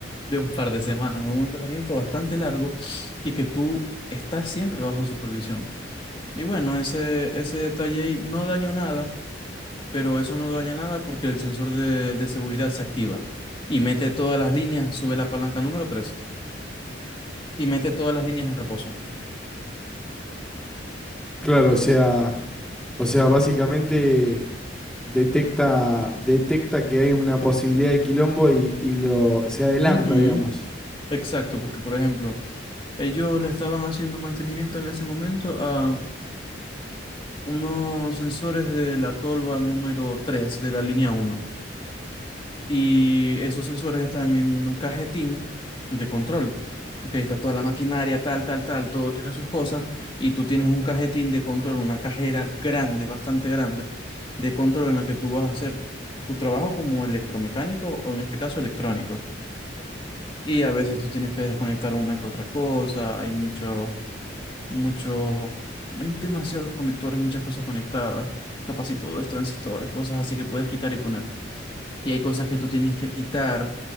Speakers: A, on the left; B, in the centre.
A: de un par de semanas, es un entrenamiento bastante largo y que tú estás siempre bajo supervisión. Y bueno, ese, ese detalle ahí no dañó nada, pero eso no daña nada porque el sensor de, de seguridad se activa y mete todas las líneas, sube la palanca número 3 y mete todas las líneas en reposo.
B: Claro, o sea, o sea, básicamente detecta, detecta que hay una posibilidad de quilombo y, y lo se adelanta,
A: Ujú,
B: digamos.
A: Exacto, porque por ejemplo, ellos le estaban haciendo mantenimiento en ese momento a unos sensores de la tolva número 3 de la línea uno Y esos sensores están en un cajetín de control. Ok, está toda la maquinaria, tal, tal, tal, todo tiene sus cosas. Y tú tienes un cajetín de control, una cajera grande, bastante grande, de control en la que tú vas a hacer tu trabajo como electromecánico o en este caso electrónico. Y a veces tú tienes que desconectar una que otra cosa, hay muchos, muchos, hay demasiados conectores, muchas cosas conectadas, capaz y todo es transistores, cosas así que puedes quitar y poner. Y hay cosas que tú tienes que quitar